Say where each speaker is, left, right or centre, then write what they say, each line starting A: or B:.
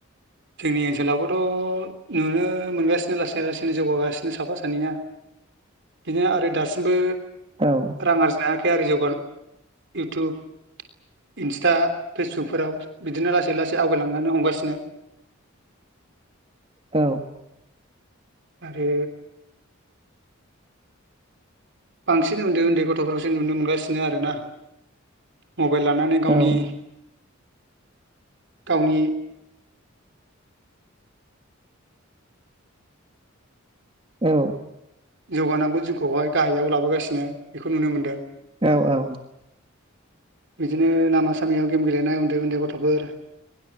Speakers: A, on the right; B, on the right.
A: जोंनि ओनसोलावबोथ' नुनो मोनगासिनो लासै लासैनो जौगागासिनो साफा सानैया बिदिनो आरो दासिमबो
B: औ
A: रां आरजिनो हायाखै आरो जौगानो इउटुब इन्स्टा फेसबुकफोराव बिदिनो लासै-लासै आवगायलांनो हमगासिनो।
B: औ।
A: आरो बांसिन उन्दै उन्दै गथ'फोरखौसो नुनो मोनगासिनो आरो ना। मबाइल लानानै गावनि
B: औ
A: गावनि
B: औ।
A: जौगानांगौ जिउखौहाय गाहायाव लाबोगासिनो बेखौ नुनो मोन्दों।
B: औ औ।
A: बिदिनो लामा सामायाव गेम गेलेनाय उन्दै-उन्दै गथ'फोर